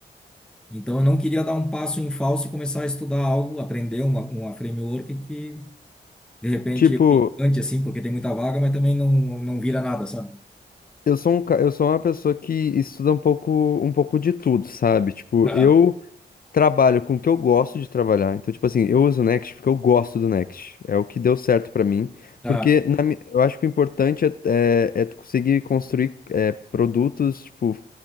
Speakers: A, in the centre; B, on the left.
A: Então, eu não queria dar um passo em falso e começar a estudar algo, aprender uma, uma framework que, de repente,
B: tipo,
A: eu me encante, assim, porque tem muita vaga, mas também não, não vira nada, sabe?
B: eu sou um, ca- eu sou uma pessoa que estuda um pouco, um pouco de tudo, sabe? Tipo,
A: Ah,
B: eu trabalho com o que eu gosto de trabalhar. Então, tipo assim, eu uso o Next porque eu gosto do Next. É o que deu certo pra mim.
A: ah,
B: Porque na mi- eu acho que o importante é, é, é tu conseguir construir é, produtos, tipo